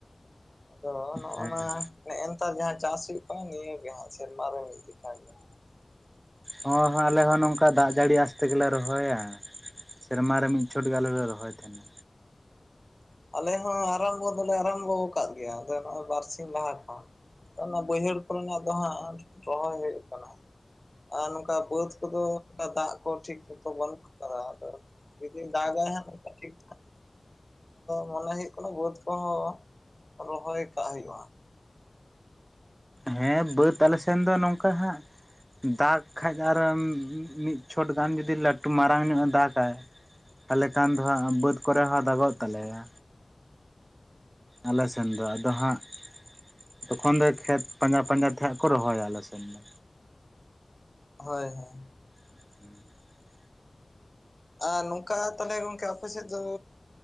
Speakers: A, on the left; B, on the right.
A: ᱟᱫᱚ ᱦᱚᱜᱼᱱᱟ
B: ᱦᱮᱸ
A: ᱱᱮᱜᱼᱮ ᱱᱮᱛᱟᱨ ᱡᱟᱦᱟᱸ ᱪᱟᱹᱥ ᱦᱳᱭᱳᱜ ᱠᱟᱱᱟ ᱱᱤᱭᱟᱹ ᱜᱮ ᱦᱟᱸᱜ ᱥᱮᱨᱢᱟ ᱨᱮᱮ ᱢᱤᱫ ᱡᱚᱠᱷᱟ ᱜᱮᱭᱟ᱾
B: ᱦᱚᱸ ᱦᱚᱸ ᱟᱞᱮ ᱦᱚᱸ ᱱᱚᱝᱠᱟ ᱫᱟᱜ ᱡᱟᱹᱲᱤ ᱟᱥ ᱛᱮᱜᱮᱞᱮ ᱨᱚᱦᱚᱭᱟ ᱥᱮᱨᱢᱟ ᱨᱮ ᱢᱤᱫ ᱪᱷᱚᱴ ᱜᱮ ᱟᱞᱮ ᱨᱚᱦᱚᱭ ᱛᱟᱦᱮᱸᱱᱟ᱾
A: ᱟᱞᱮ ᱦᱚᱸ ᱟᱨᱟᱢᱵᱚ ᱫᱚᱞᱮ ᱟᱨᱟᱢᱵᱚ ᱟᱠᱟᱫ ᱜᱮᱭᱟ ᱱᱚᱜ-ᱚᱭ ᱵᱟᱨᱥᱤᱝ ᱞᱟᱦᱟ ᱠᱷᱚᱱ᱾ ᱚᱱᱟ ᱵᱟᱹᱭᱦᱟᱹᱲ ᱠᱚᱨᱮᱱᱟᱜ ᱫᱚ ᱦᱟᱸᱜ ᱨᱚᱦᱚᱭ ᱦᱳᱭᱳᱜ ᱠᱟᱱᱟ᱾ ᱟᱨ ᱱᱚᱝᱠᱟ ᱵᱟᱹᱫᱽ ᱠᱚᱫᱚ ᱚᱱᱠᱟ ᱫᱟᱜ ᱠᱚ ᱴᱷᱤᱠ ᱢᱚᱛᱚ ᱵᱟᱹᱱᱩᱜ ᱟᱠᱟᱫᱟ᱾ ᱟᱫᱚ ᱡᱩᱫᱤ ᱫᱟᱜᱟᱭ ᱦᱟᱸᱜ <inaudible> ᱴᱷᱤᱠ ᱢᱚᱱᱮ ᱦᱳᱭᱳᱜ ᱠᱟᱱᱟ ᱵᱟᱹᱫᱽ ᱠᱚᱦᱚᱸ ᱨᱚᱦᱚᱭ ᱠᱟᱜ ᱦᱳᱭᱳᱜᱼᱟ᱾
B: ᱦᱮᱸ ᱵᱟᱹᱫᱽ ᱟᱞᱮ ᱥᱮᱱ ᱫᱚ ᱱᱚᱝᱠᱟ ᱦᱟᱸᱜ ᱫᱟᱜᱽ ᱠᱷᱟᱱ ᱟᱨᱚ ᱢᱤᱫ ᱪᱷᱚᱴ ᱜᱟᱱ ᱡᱩᱫᱤ ᱞᱟᱹᱴᱩ ᱢᱟᱨᱟᱝ ᱧᱚᱜ ᱮ ᱫᱟᱜᱟᱭ ᱛᱟᱦᱞᱮ ᱠᱷᱟᱱ ᱫᱚ ᱦᱟᱸᱜ ᱵᱟᱹᱫᱽ ᱠᱚᱨᱮ ᱦᱚᱸ ᱫᱟᱜᱚᱜ ᱛᱟᱞᱮᱭᱟ᱾ ᱟᱞᱮ ᱥᱮᱱ ᱫᱚ ᱟᱫᱚ ᱦᱟᱸᱜ ᱛᱚᱠᱷᱚᱱ ᱫᱚ ᱠᱷᱮᱛ ᱯᱟᱸᱡᱟ ᱯᱟᱸᱡᱟ ᱛᱮ ᱦᱟᱸᱜ ᱠᱚ ᱨᱚᱦᱚᱭᱟ ᱟᱞᱮ ᱥᱮᱱ ᱫᱚ᱾
A: ᱦᱳᱭ, ᱦᱮᱸ᱾
B: <inaudible>
A: ᱟᱨ ᱱᱚᱝᱠᱟ ᱛᱟᱦᱚᱞᱮ ᱜᱚᱝᱠᱮ ᱟᱯᱮ ᱥᱮᱫ ᱫᱚ